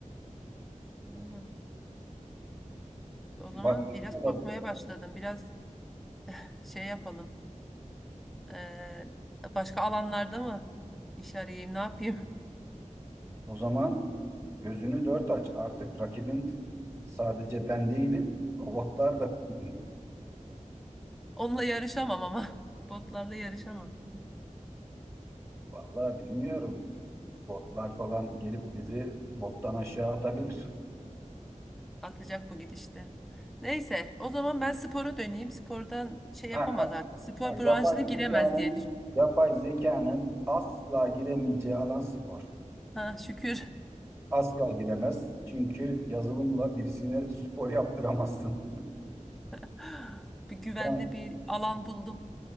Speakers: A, in the centre; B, on the right.
A: Aynen. O
B: Bak
A: zaman biraz
B: olabilir.
A: korkmaya başladım. Biraz şey yapalım. E, başka alanlarda mı iş arayayım, ne yapayım? <laughs>
B: O zaman gözünü dört aç. Artık rakibin sadece ben değilim, robotlar da. <laughs>
A: Onunla yarışamam ama. <laughs> Botlarla yarışamam.
B: Vallahi bilmiyorum. Botlar falan gelip bizi bottan aşağı atabilir.
A: Atacak bu gidişte. Neyse, o zaman ben spora döneyim. Spordan şey yapamaz
B: Ha, Bak,
A: artık. Spor branşına
B: yapay
A: giremez
B: zekanın
A: diye düşünüyorum.
B: yapay zekanın asla giremeyeceği alan spor.
A: Ha, şükür.
B: Asla giremez. Çünkü yazılımla birisine spor yaptıramazsın.
A: <laughs> Bir güvenli
B: <laughs> Sen,
A: bir alan buldum.